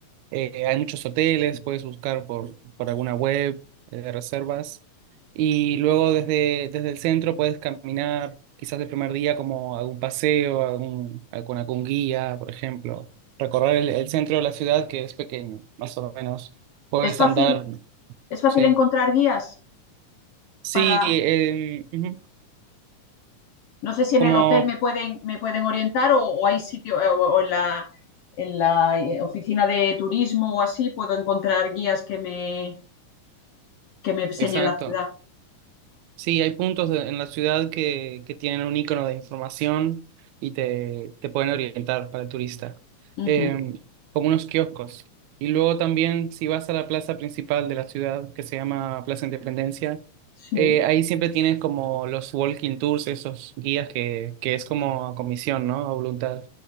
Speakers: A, on the right; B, on the left.
A: Eh, hay muchos hoteles, puedes buscar por, por alguna web eh, de reservas. Y luego desde, desde el centro puedes caminar, quizás el primer día, como algún paseo, algún, con algún guía, por ejemplo. Recorrer el, el centro de la ciudad, que es pequeño, más o menos. Puedes
B: ¿Es fácil,
A: andar,
B: es fácil
A: sí.
B: encontrar guías
A: Sí,
B: para...
A: eh, ujú,
B: No sé si
A: como,
B: en el hotel me pueden, me pueden orientar o, o hay sitio, eh, o, o en la, en la eh, oficina de turismo o así puedo encontrar guías que me, que me enseñen
A: exacto.
B: la ciudad.
A: Sí, hay puntos de- en la ciudad que, que tienen un icono de información y te, te pueden orientar para el turista,
B: Ujú,
A: Em, como unos kioscos. Y luego también si vas a la plaza principal de la ciudad, que se llama Plaza Independencia,
B: sí.
A: eh, ahí siempre tienes como los walking tours, esos guías que, que es como a comisión, ¿no? A voluntad.